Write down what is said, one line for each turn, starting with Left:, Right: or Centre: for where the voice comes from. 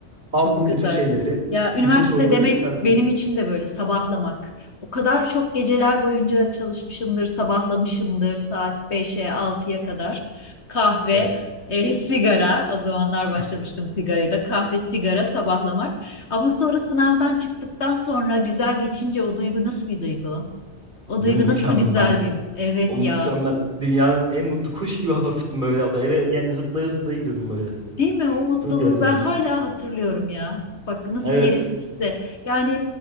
Right: Aldım
Left: Çok güzel.
Right: bütün şeyleri.
Left: Ya üniversite
Right: Bütün soruları
Left: demek
Right: işaretledim.
Left: benim için de böyle sabahlamak. O kadar çok geceler boyunca çalışmışımdır, sabahlamışımdır saat beşe altıya kadar. Kahve,
Right: Evet.
Left: e, sigara. O zamanlar başlamıştım
Right: <laughs>
Left: sigarayı da. Kahve, sigara, sabahlamak. Ama sonra sınavdan çıktıktan sonra güzel geçince o duygu nasıl bir duygu? O
Right: Değil
Left: duygu
Right: mi? Mükemmel.
Left: nasıl güzel bir... Evet
Right: O mükemmel.
Left: ya.
Right: Dünyanın en mutlu kuş gibi hafiftim böyle abla. Eve yani zıplaya zıplaya gidiyordum böyle.
Left: Değil mi? O mutluluğu
Right: Çok iyi hatırlıyorum.
Left: ben hala hatırlıyorum ya. Bak nasıl
Right: Evet.
Left: yer etmişse. Yani